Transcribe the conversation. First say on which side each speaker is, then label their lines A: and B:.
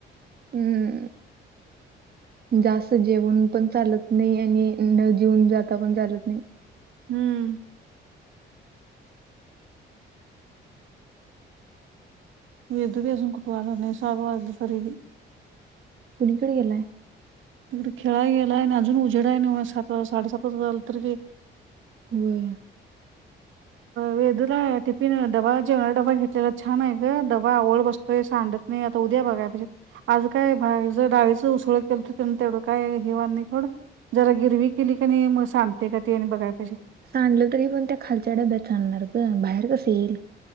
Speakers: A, on the right; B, on the right.
A: हा हा.. जास्त जेवण पण चालत नाही, आणि न जेऊन जाता पण चालत नाही.
B: हम्म वेदु पण अजून कुठे आला नाही. सात वाजल तरीबी.
A: कुणीकडे गेलाय.
B: तिकडे खेळा गेलाय. आणि अजून उजेड आहे नव्ह सात साडेसात वाजत आलं तरी बी.
A: होय.
B: वेदूला टिफिन डबा जेवणा डबा घेतलेला छान आहे ग. डबा आवळ बसतोय सांडत नाही आता उद्या बघाय पाहिजे, आज काय भा ज डाळीचं उसळ केलतं, तेवढं काय ही व्हाल नाही सोड. जरा गिरवी केली का नाही, म सांडतंय का ती आणि बघाय पाहिजे.
A: सांडलं तरी पण त्या खालच्या डब्यात सांडणार गं, बाहेर कसं येईल?